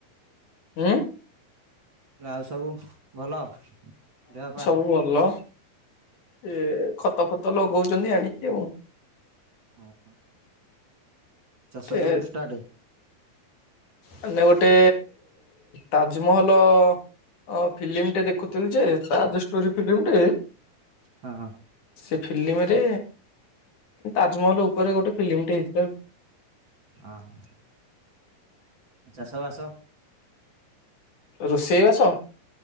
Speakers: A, on the left (about 60°); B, on the right (about 35°).
A: ଉଁ?
B: ଆଉ ସବୁ ଭଲ ଦେହ ପା।
A: ଭଲ। ଇଏ ଖତ ଫତ ଲଗଉଚନ୍ତି ଆଣିକି ଆଉ।
B: ଅଁ ହଁ। ଚାଷ
A: ଏ
B: କେବେଠୁ ଷ୍ଟାଟେ?
A: ମାନେ ଗୋଟେ ତାଜ୍ ମହଲ ଅ ଫିଲ୍ମ ଟେ ଦେଖୁଥିଲି ଯେ ତାଜ ଷ୍ଟୋରି ଫିଲ୍ମଟେ।
B: ହଁ।
A: ସେ ଫିଲ୍ମରେ ତାଜମହଲ ଉପରେ ଗୋଟେ ଫିଲ୍ମଟେ ହେଇଥିଲା ଆଉ।
B: ଅଁ ହଁ ଚାଷବାସ?
A: ରୋଷେଇ ବାସ?